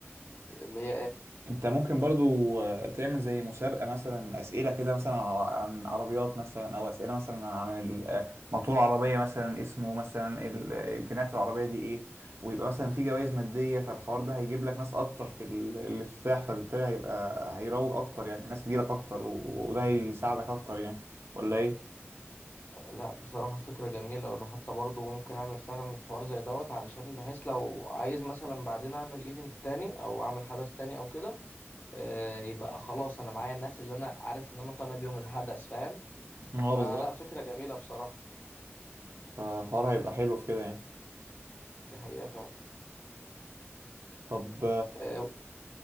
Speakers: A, on the left; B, on the right.
A: اللي هي إيه؟
B: انت ممكن برضو آه، تعمل زي مسابقة مثلا اسئلة كده مثلا ع- عن عربيات مثلا او اسئلة مثلا عن ال- آه، موتور عربية مثلا اسمه مثلا ال- آه، امكانيات العربية دي ايه ويبقى مثلا في جوائز مادية فالحوار ده هيجيب لك ناس اكتر في ال- الافتتاح فبالتالي هيبقى هيروج اكتر يعني الناس تجيلك اكتر و- وده هيساعدك اكتر يعني ولا ايه؟
A: لا بصراحة فكرة جميلة وأنا حتى برضو ممكن أعمل فعلا الحوار زي دوت علشان بحيث لو عايز مثلا بعدين أعمل إيفنت تاني أو أعمل حدث تاني أو كده آه، يبقى خلاص أنا معايا الناس اللي أنا عارف إن أنا طالع بيهم الحدث فاهم
B: اه
A: فلا
B: بالظبط
A: فكرة جميلة بصراحة
B: فالحوار هيبقى حلو في كده يعني
A: دي حقيقة فعلا
B: طب
A: آه،